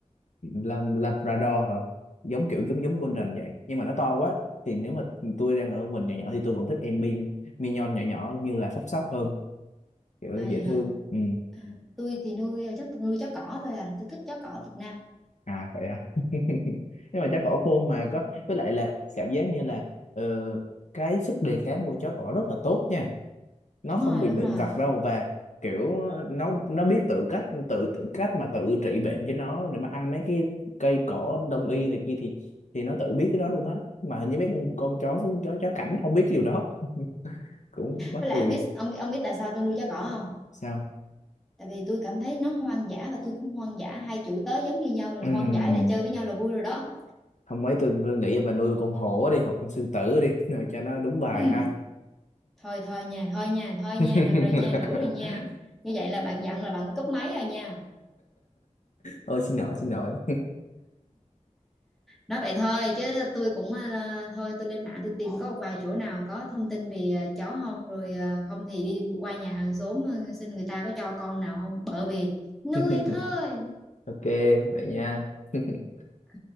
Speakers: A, on the left (about 70°); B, in the centre.
A: Lam- Labrador hả giống kiểu giống giống Golden vậy nhưng mà nó to quá thì nếu mà tôi đang ở mình nhỏ nhỏ thì tôi vẫn thích em Mi Mignon nhỏ nhỏ như là phốc sóc hơn kiểu
B: À,
A: dễ thương ừ.
B: À, tôi thì nuôi à, chắc tôi nuôi chó cỏ thôi à tôi thích chó cỏ Việt Nam
A: à vậy à <laughs> nhưng mà chó cỏ khôn mà có với lại là cảm giác như là ờ, cái sức đề kháng của chó cỏ rất là tốt nha nó
B: đúng
A: không
B: rồi
A: bị
B: đúng
A: bệnh
B: rồi
A: vặt đâu và kiểu nó nó biết tự cách tự tự cách mà tự trị bệnh cho nó để mà ăn mấy cái cây cỏ đông y này kia thì thì nó tự biết cái đó luôn á mà hình như mấy con, con chó chó chó cảnh không biết điều đó cũng quá
B: với
A: cười
B: lại ông biết ông biết ông biết tại sao tôi nuôi chó cỏ không
A: sao
B: tại vì tôi cảm thấy nó hoang dã và tôi cũng hoang dã hai chủ tớ giống như nhau là
A: Ừm,
B: hoang dã là chơi với nhau là vui rồi đó
A: không ấy tôi vừa nghĩ là bà nuôi con hổ đi hoặc con sư tử đi rồi cho nó đúng bài
B: <clears throat>
A: ha
B: thôi thôi nha thôi nha thôi nha
A: <laughs>
B: được rồi nha đủ rồi nha như vậy là bạn dặn là bạn cúp máy rồi nha
A: ôi xin lỗi xin lỗi
B: nói vậy thôi chứ tôi cũng ờ, thôi tôi lên mạng tôi tìm có một vài chỗ nào có thông tin về ờ, chó không rồi ờ, không thì đi qua nhà hàng xóm ờ, xin người ta có cho con nào không bởi vì nuôi
A: <laughs>
B: thôi
A: ok vậy nha <laughs>
B: ok